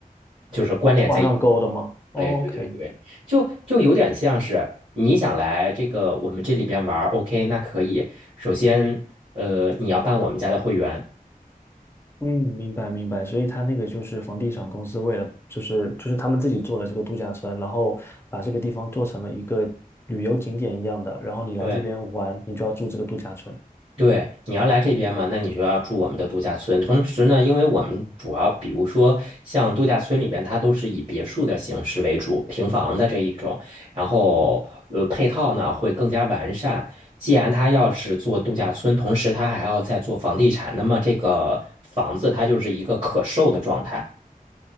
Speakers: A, on the right; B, on the left.
A: 就是关联在一起
B: 网上勾的吗？哦，OK，
A: 哎，对对对，就就有点像是你想来这个我们这里边玩 o k 那可以，首先呃你要办我们家的会员，
B: 嗯，明白明白。所以他那个就是房地产公司为了，就是就是他们自己做了这个度假村，然后把这个地方做成了一个旅游景点一样的，然后你来这边玩，
A: 对
B: 你就要住这个度假村。
A: 对，你要来这边嘛，那你就要住我们的度假村。同时呢，因为我们主要比如说像度假村里边，它都是以别墅的形式为主，平房的这一种，然后呃配套呢会更加完善。既然他要是做度假村，同时他还要再做房地产，那么这个房子它就是一个可售的状态。